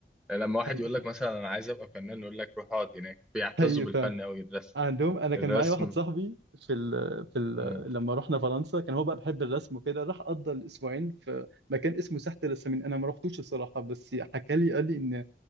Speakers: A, in the centre; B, on the right.
A: لما واحد
B: هي
A: يقول لك مثلا انا عايز ابقى فنان يقول لك روح اقعد هناك بيعتزوا
B: هي
A: بالفن
B: فعلا
A: قوي الرسم
B: عندهم انا كان
A: الرسم
B: معايا واحد صاحبي في ال... في ال...
A: اه
B: لما رحنا فرنسا كان هو بقى بيحب الرسم وكده راح قضى الاسبوعين في مكان اسمه ساحة الرسامين انا ما رحتوش الصراحة بس حكى لي قال لي ان